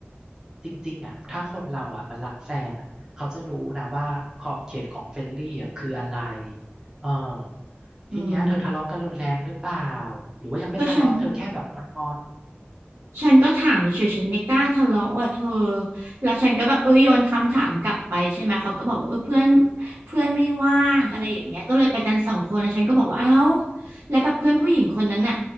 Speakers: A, on the right; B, on the right.
A: จริงๆอ่ะถ้าคนเราอ่ะมันรักแฟนอ่ะเขาจะรู้นะว่าขอบเขตของเฟรนลี่อ่ะคืออะไรเออ
B: อืม
A: ทีเนี้ยเธอทะเลาะกันรุนแรงหรือเปล่า หรือว่ายังไม่ทะเลาะเธอแค่แบบงอน
B: ก็ฉันฉันก็ถามเฉยๆฉันไม่กล้าทะเลาะว่ะเธอ แล้วฉันก็แบบเออโยนคำถามกลับไปใช่ไหมเขาก็บอกว่าเออเพื่อนเพื่อนไม่ว่างอะไรอย่างเงี้ยก็เลยไปกันสองคนแล้วฉันก็บอกว่าเอ้าแล้วแบบเพื่อนผู้หญิงคนนั้นน่ะ